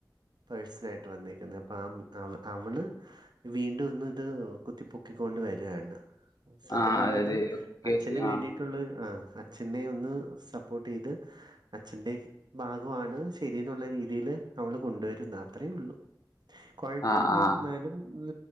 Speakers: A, on the right; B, on the left.
A: പേഴ്സണായിട്ട് വന്നിരിക്കുന്നത് അപ്പം ആ അവ അവള് വീണ്ടും ഒന്നും ഇത് കുത്തിപ്പൊക്കിക്കൊണ്ട് വരാണ് സത്യം
B: ആഹ്
A: പറഞ്ഞാ
B: അതായത്
A: അത്
B: കേസ്
A: അച്ഛന് വേണ്ടിയിട്ടുള്ള
B: ആഹ്
A: ഒരു അ അച്ഛനെ ഒന്ന് സപ്പോർട്ട് ചെയ്ത് അച്ഛന്റെ ഭാഗമാണ് ശരി എന്നുള്ള രീതിൽ അവള് കൊണ്ടുവരുന്നു അത്രേ ഉള്ളൂ കുഴപ്പല്ല
B: ആഹ് ആഹ്
A: എന്നാലും ഉ